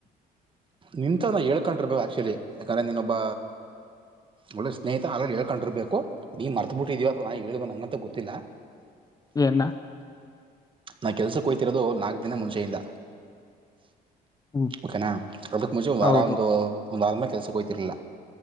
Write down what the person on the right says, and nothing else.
ನಿಂತವ ಹೇಳ್ಕೊಂಡಿರ್ಬೇಕ ಆ್ಯಕ್ಚುಲಿ ಯಾಕಂದರೆ ನೀನ್ನೊಬ್ಬ ಒಳ್ಳೆ ಸ್ನೇಹಿತ ಅದ್ರಲ್ಲಿ ಹೇಳ್ಕೊಂಡಿರ್ಬೇಕು ನೀ ಮರ್ತಬಿಟ್ಟಿದಿಯ ಅಥವಾ ನ ಹೇಳವ ನಂಗಂತು ಗೊತ್ತಿಲ್ಲ
ನಾ ಕೆಲ್ಸಕ್ಕೋಯ್ತಿರೋದು ನಾಕ್ ದಿನ ಮುಂಚೆಯಿಂದ
ಓಕೆನಾ ಅದಕ್ಕೆ ಮುಂಚೆ ವಾರ
ಒಂದು ಒಂದು ವಾರದ್ಮೇಲೆ ಕೆಲ್ಸಕ್ಕೆೋಗಯ್ತಿರಲಿಲ್ಲ